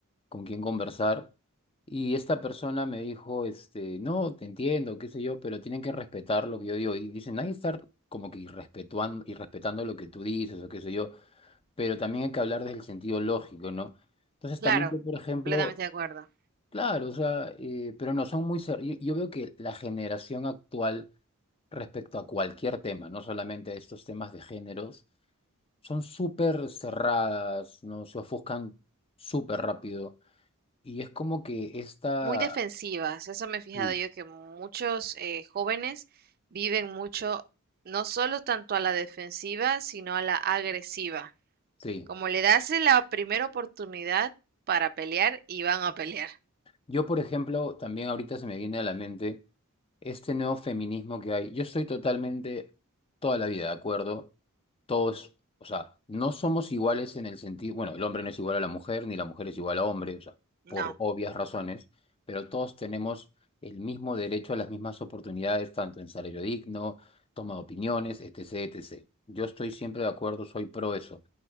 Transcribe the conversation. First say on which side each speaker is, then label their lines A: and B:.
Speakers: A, on the left; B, on the right.
A: con quien conversar. Y esta persona me dijo, este, no, te entiendo, qué sé yo, pero tienen que respetar lo que yo digo. Y dicen, hay que estar como que irrespetuando, irrespetando lo que tú dices o qué sé yo, pero también hay que hablar desde el sentido lógico, ¿no? Entonces
B: Claro,
A: también yo, por ejemplo,
B: completamente de acuerdo.
A: claro, o sea, eh, pero no son muy... cer- Yo, yo veo que la generación actual respecto a cualquier tema, no solamente a estos temas de géneros, son súper cerradas, ¿no? Se ofuscan súper rápido. Y es como que esta...
B: Muy defensivas, eso me he fijado
A: Sí,
B: yo que muchos eh, jóvenes viven mucho, no solo tanto a la defensiva, sino a la agresiva.
A: sí.
B: Como le das la primera oportunidad para pelear y van a pelear.
A: Yo, por ejemplo, también ahorita se me viene a la mente este nuevo feminismo que hay. Yo estoy totalmente, toda la vida, ¿de acuerdo? Todos, o sea, no somos iguales en el sentido, bueno, el hombre no es igual a la mujer, ni la mujer es igual a hombre, o sea,
B: No.
A: por obvias razones, pero todos tenemos el mismo derecho a las mismas oportunidades, tanto en salario digno, toma de opiniones, etcétera, etcétera. Yo estoy siempre de acuerdo, soy pro eso.